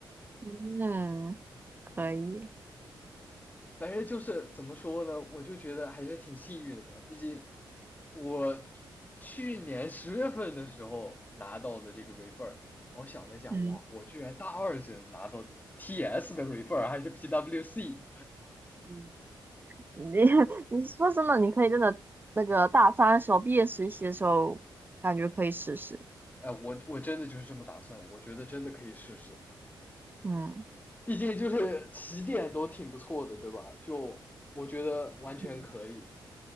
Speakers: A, on the right; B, on the left.
A: 嗯，可以，
B: 反正就是怎么说呢，我就觉得还是挺幸运的吧。毕竟我去年十月份的时候拿到的这个 refer，我想了想，
A: 嗯。
B: 哇，我居然大二生拿到 TS 的 refer，还是 PWC 的。
A: 嗯，你 <laughs> 你说真的，你可以真的那个大三的时候，毕业实习的时候，感觉可以试试。
B: 哎，我我真的就是这么打算，我觉得真的可以试试，
A: 嗯，
B: 毕竟就是起点都挺不错的，对吧？就我觉得完全可以
A: 嗯